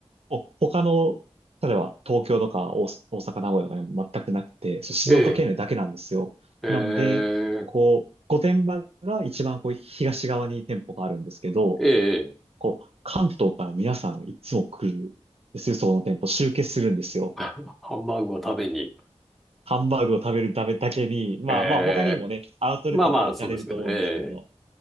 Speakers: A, on the right (about 60°); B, in the centre.
A: お他の、例えば東京とか大、大阪、名古屋とかにも全くなくて、そう静岡県内だけなんですよ。
B: ええ。ええ。
A: なんで、こう、御殿場が一番こう東側に店舗があるんですけど、
B: ええ。
A: こう、関東から皆さんいつも来るんですよ、そこの店舗、集結するんですよ。
B: <laughs> ハンバーグを食べに。
A: ハンバーグを食べるためだけに、まあまあ他にもね、
B: ええ。
A: アウトレットとか行かれると思うんですけど、
B: まあまあ、そうですけどね。ええ